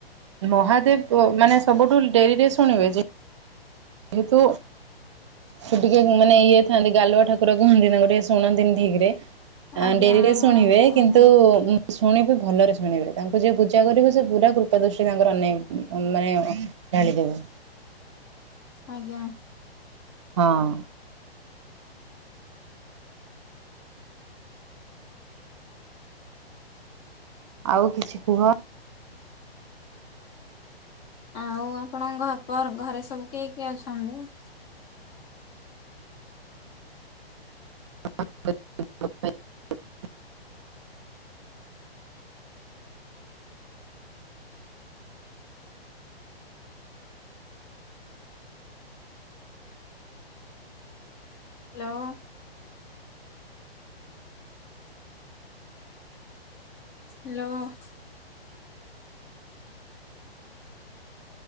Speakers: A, on the right (about 30°); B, on the left (about 25°).
A: ମହାଦେବ ପ- ମାନେ ସବୁଠୁ ଡେରିରେ ଶୁଣିବେ ଯେ ହେତୁ ସେ ଟିକେ ମାନେ ଇଏ ଥାନ୍ତି ଗାଲୁଆ ଠାକୁର କୁହନ୍ତି ତାଙ୍କୁ ଟିକେ ଶୁଣନ୍ତିନି ଠିକ୍ ରେ। ଅ,
B: ଆଜ୍ଞା
A: ଡେରିରେ
B: ଆଜ୍ଞା
A: ଶୁଣିବେ
B: ଆଜ୍ଞା
A: କିନ୍ତୁ ଉଁ, ଶୁଣିବେ ଭଲରେ ଶୁଣିବେ ତାଙ୍କୁ ଯିଏ ପୂଜା କରିବ ସେ ପୁରା କୃପା ଦୃଷ୍ଟି ତାଙ୍କର ଅନେ ମାନେ ଢାଳି ଦବ।
B: ଆଜ୍ଞା।
A: ହଁ। ଆଉ କିଛି କୁହ
B: ଆଉ ଆପଣଙ୍କ ଘ- <unintelligible> ଘରେ ସବୁ କିଏ କିଏ ଅଛନ୍ତି?
A: <inaudible>
B: Hello. Hello.